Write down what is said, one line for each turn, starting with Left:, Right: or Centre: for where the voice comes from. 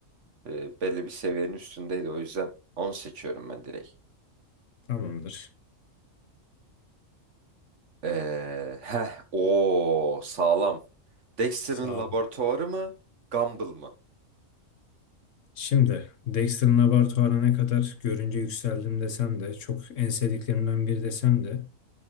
Right: E, belli bir seviyenin üstündeydi. O yüzden 10 seçiyorum ben direkt.
Left: Tamamdır.
Right: Ee, heh, o sağlam. Dexter'ın
Left: Sağ
Right: laboratuvarı
Left: ol.
Right: mı? Gumball mı?
Left: Şimdi Dexter'ın laboratuvarına ne kadar görünce yükseldim desem de çok en sevdiklerimden biri desem de